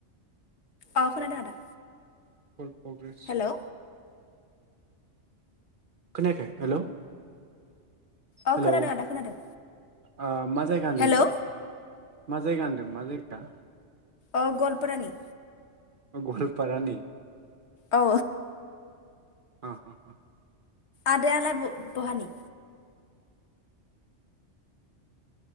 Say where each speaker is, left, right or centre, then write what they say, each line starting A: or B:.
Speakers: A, on the left; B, on the right.
A: अ खोनादो आदा
B: फुल प्रग्रेस
A: हेलौ
B: खोनाखै हेलौ
A: अ
B: हेलौ
A: खोनादों आदा खोनादों
B: ओ मा जायगा होनदों
A: हेलौ
B: नोंना मा जायगा होनदों मा जायगा
A: ओ गवालपारानि
B: गवालपारानि
A: औ
B: ओ ओ उम
A: आदायालाय बहानि